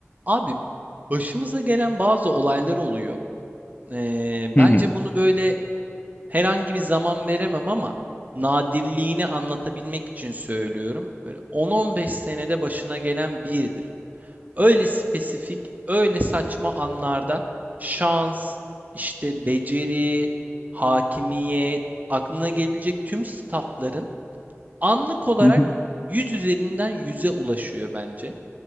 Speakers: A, on the right; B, on the left.
A: Abi başımıza gelen bazı olaylar oluyor. Ee,
B: Hı
A: bence
B: hı.
A: bunu böyle herhangi bir zaman veremem ama nadirliğini anlatabilmek için söylüyorum. Böyle 10-15 senede başına gelen biridir. Öyle spesifik, öyle saçma anlarda şans, işte beceri, hakimiyet, aklına gelebilecek tüm statların anlık olarak
B: Hı hı.
A: 100 üzerinden 100'e ulaşıyor bence.